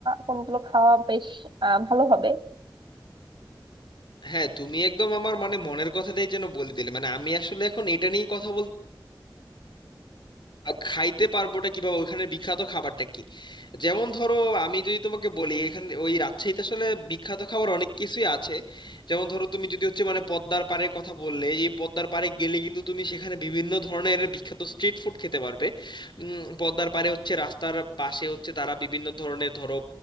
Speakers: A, on the right; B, on the left.
A: কোনগুলো খাওয়া বেশ আহ, ভালো হবে
B: হ্যাঁ তুমি একদম আমার মানে মনের কথাটাই যেন বলে দিলে মানে আমি আসলে এখন এটা নিয়েই কথা বলতে আ- খাইতে পারবোটা কিভাবে ওইখানে বিখ্যাত খাবারটা কি যেমন ধরো আমি যদি তোমাকে বলি এখানে ওই রাজশাহীতে আসলে বিখ্যাত খাবার অনেক কিছুই আছে যেমন ধরো তুমি যদি হচ্ছে মানে পদ্মার পাড়ের কথা বললে যে পদ্মার পাড়ে গেলে কিন্তু তুমি সেখানে বিভিন্ন ধরনের বিখ্যাত স্ট্রিট ফুড খেতে পারবে উম, পদ্মার পাড়ে হচ্ছে রাস্তার পাশে হচ্ছে তারা বিভিন্ন ধরনের ধরো